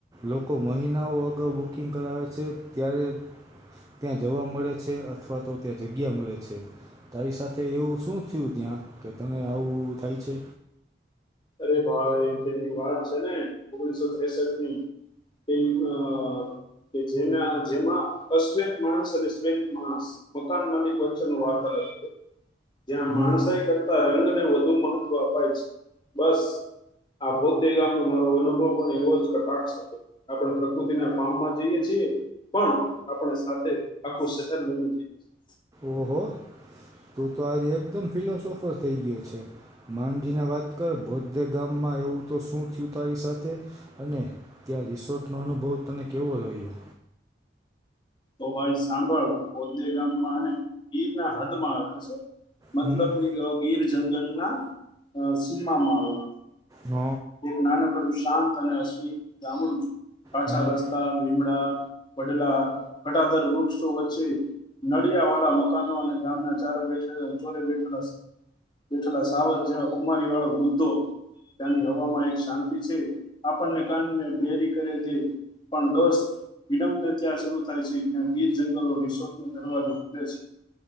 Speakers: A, on the right; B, on the left.
A: લોકો મહિનાઓ અગાઉ બુકિંગ કરાવે છે ત્યારે ત્યાં જવા મળે છે અથવા તો ત્યાં જગ્યા મળે છે તારી સાથે તે એવું શું થયું ત્યાં કે તને આવું થાય છે?
B: અરે ભાઈ પેલી વાત છે ને ઓગણીસસો ત્રેસઠની પેલી અ કે જેના જેમાં અશ્વેત માણસ અને શ્વેત માણસ મકાન મલિક વચ્ચેનો વાર્તાલાપ જ્યાં
A: હમ
B: માણસ એ કરતા રંગને વધુ મહત્વ અપાય છે. બસ આ બૌદ્ધે ગામનો મારો અનુભવ પણ એવો જ કટાક્ષ હતો. આપણે પ્રકૃતિના પામમાં જઈએ છીએ પણ આપણે સાથે આખું શહેર બની જઈએ. છીએ
A: ઓહો! તું તો આજે એકદમ ફિલોસોફર થઈ ગયો છે. માંડીને વાત કર બોદ્ધે ગામમાં એવું તો શું થયું તારી સાથે? અને ત્યાં રિસોર્ટનો અનુભવ તને કેવો રહ્યો?
B: તો ભાઈ સાંભળ બોદ્ધે ગામમાં અને ગીરના હદમાં અને શું મતલબ
A: હમ
B: કે ગીર જંગલના સીમામાં આવે.
A: હ.
B: એક નાનકડું શાંત અને અસલી ગામડું કાચા
A: હમ
B: રસ્તા, લીમડા વડલા, ઘટાધર વૃક્ષો વચ્ચે નળિયાવાળા મકાનો અને ગામના ચારો બેઠેલા ચોરે બેઠેલાં જેટલા સાવજ અને ખુમારીવાળા દૂધો હવામાં એક શાંતિ છે આપણને કાનને બેહરી કરે નઈ. પણ દોસ્ત વિડબને ત્યાં શરૂ થાય છે ત્યાં ગીર જંગલનો રિસોર્ટનો દરવાજો ખુલે છે.